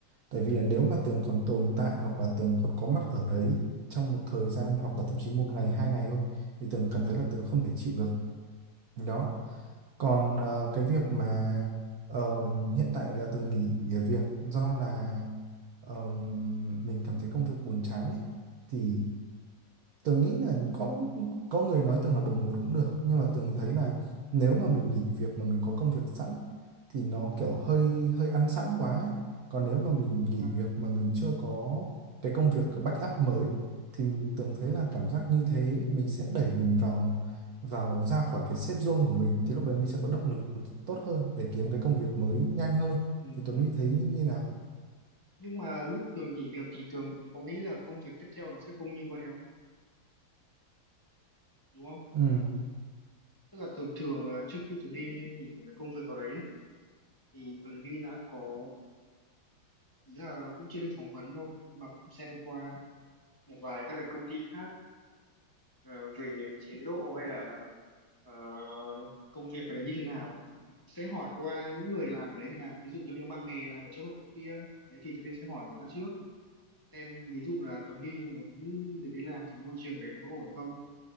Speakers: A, on the right; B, on the left.
A: tại vì là nếu mà Tường còn tồn tại hoặc là Tường còn có mặt ở đấy trong một thời gian hoặc là thậm chí một ngày hai ngày thôi thì Tường cảm thấy là Tường không thể chịu được đó còn ờ, cái việc mà ờm, hiện tại là từng nghỉ việc do là ờm, mình cảm thấy công việc buồn chán ấy thì Tường nghĩ là có có người nói Tường là bồng bột cũng được nhưng mà Tường thấy là nếu mà mình nghỉ việc mà mình có công việc sẵn thì nó kiểu hơi hơi ăn sẵn quá ấy. Còn nếu mà mình
B: thì
A: nghỉ
B: là-
A: việc mà mình chưa có cái công việc backup mới thì Tường thấy là cảm giác như thế mình sẽ đẩy mình vào vào ra khỏi cái safe zone của mình thì lúc đấy mình sẽ có động lực tốt hơn để kiếm cái công việc mới nhanh hơn
B: ừ.
A: thì Tuấn Huy thấy như nào?
B: nhưng mà lúc Tường nghỉ việc thì Tường có nghĩ là công việc tiếp theo nó sẽ không như vậy không đúng không
A: Ừ,
B: tức là thường thường là trước khi Tường đi nghỉ của cái công việc ở đấy ấy, thì Tuấn đi đã có ý là cũng chưa đi phỏng vấn đâu nhưng mà cũng xem qua một vài các cái công ty khác ờ, về chế độ hay là ờ, công việc ở đấy như thế nào sẽ hỏi qua những người làm ở đấy chẳng hạn ví dụ Tuấn Huy có bạn bè làm ở chỗ đội kia đấy thì Tuấn Huy sẽ hỏi người ta trước xem ví dụ là Tuấn Huy muốn để đến làm thì môi trường đấy nó có ổn không